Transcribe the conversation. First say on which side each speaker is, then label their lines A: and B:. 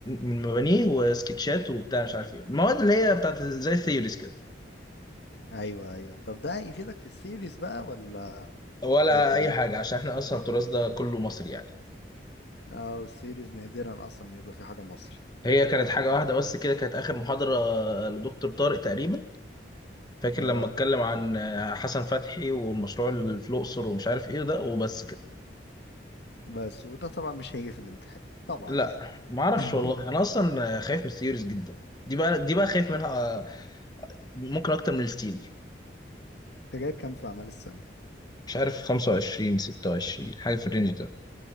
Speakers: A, on the left (about 20°); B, on the left (about 65°).
A: من مبانيه وسكتشات وبتاع مش عارف ايه المواد اللي هي بتاعت زي الثيوريز كده
B: ايوه ايوه طب ده هيفيدك في السيريز بقى ولا
A: ولا
B: اي كلام
A: اي حاجه عشان احنا اصلا التراث ده كله مصري يعني
B: اه السيريز نادرا اصلا ما يبقى في حاجه مصري
A: هي كانت حاجه واحده بس كده كانت اخر محاضره لدكتور طارق تقريبا فاكر
B: اه
A: لما اتكلم عن حسن فتحي والمشروع اللي في الاقصر ومش عارف ايه ده وبس كده
B: بس وده طبعا مش هيجي في الامتحان طبعا
A: لا
B: يعني
A: ما اعرفش
B: <laughs>
A: والله انا اصلا خايف من السيريز جدا دي بقى دي بقى خايف منها ممكن اكتر من الستيل
B: انت جايب كام في اعمال السنه
A: مش عارف 25 26 حاجه في الرينج ده